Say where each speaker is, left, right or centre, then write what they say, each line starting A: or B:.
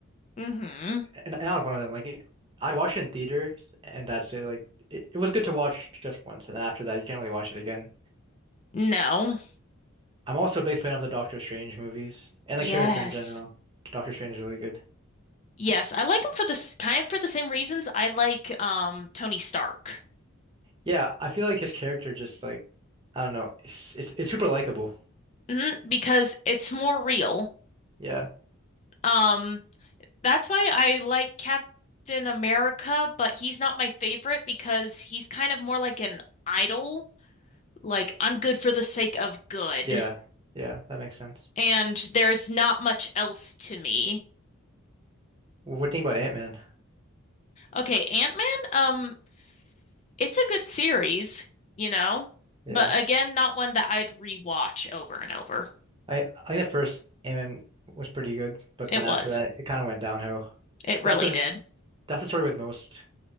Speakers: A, on the left (about 30°); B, on the right (about 25°).
A: Mm-hmm.
B: and, and I was one of them. Like it, I'd watch it in theaters, and that's it. Like it, it was good to watch just once, and then after that, you can't really watch it again.
A: No.
B: I'm also a big fan of the Doctor Strange movies and
A: Yes.
B: the character in general. Doctor Strange is really good.
A: Yes, I like him for this kind of for the same reasons I like um Tony Stark.
B: Yeah, I feel like his character just like I don't know, it's it's, it's super likable.
A: hmm Because it's more real.
B: Yeah,
A: Um That's why I like Captain America, but he's not my favorite because he's kind of more like an idol. Like, I'm good for the sake of good,
B: yeah, yeah, that makes sense.
A: and there's not much else to me.
B: What do you think about Ant-Man?
A: Okay, Ant-Man, um, it's a good series, you know,
B: Yeah.
A: but again, not one that I'd rewatch over and over.
B: I, I think at first Ant-Man was pretty good, but
A: It
B: then
A: was.
B: after that it kind of went downhill.
A: It really
B: That's the
A: did.
B: that's the story with most